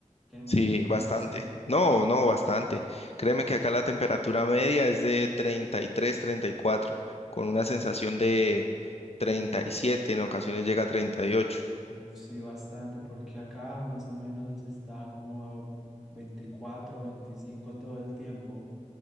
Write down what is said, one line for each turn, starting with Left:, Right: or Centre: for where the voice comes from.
Centre: que Medellín,
Left: Sí, bastante.
Centre: no sé.
Left: No, no, bastante. Créeme que acá la temperatura media es de 33, 34, con una sensación de 37, en ocasiones llega a 38.
Centre: Uf, sí, bastante, porque acá más o menos está como a 24, 25 todo el tiempo.